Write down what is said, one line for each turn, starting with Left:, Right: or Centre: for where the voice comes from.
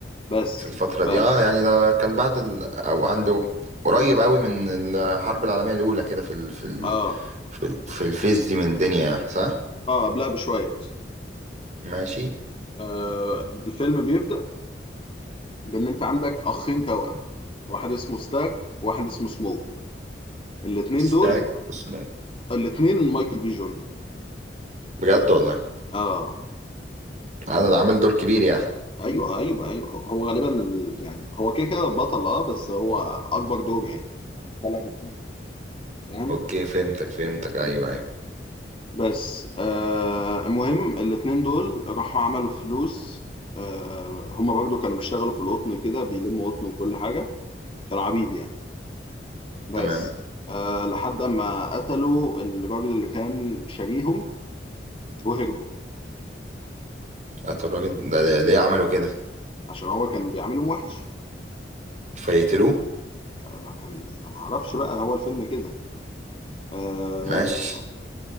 Left: بس
Right: الفتره
Left: ف
Right: دي اه يعني ده كان بعد ال... او عنده قريب قوي من الحرب العالميه الاولى كده في ال... في ال...
Left: اه
Right: في, ال... في الفيس دي من الدنيا صح
Left: اه قبلها بشوية بس
Right: ماشي
Left: آه الفيلم بيبدأ بإن أنت عندك أخين توأم واحد اسمه ستاك وواحد اسمه سموك الاتنين
Right: ستاك
Left: دول
Right: اسمه
Left: الاتنين مايكل بي جوردن
Right: بجد والله
Left: اه
Right: انا ده عامل دور كبير يعني
Left: ايوه ايوه ايوه هو غالبا ال- يعني هو كده كده البطل اه بس هو اكبر دور يعني طلع باتنين فاهم
Right: اوكي فهمتك فهمتك ايوه ايوه
Left: بس آه المهم الاتنين دول راحوا عملوا فلوس آه هما برضو كانوا بيشتغلوا في القطن كده بيلموا قطن وكل حاجة كانوا عبيد يعني بس
Right: تمام
Left: آه لحد ما قتلوا الراجل اللي كان شاريهم وهربوا
Right: قتلوا الراجل ده ده- ليه عملوا كده
Left: عشان هو كان بيعاملهم وحش
Right: فيقتلوه
Left: آه، ما كان ما اعرفش بقى هو الفيلم كده آه
Right: ماشي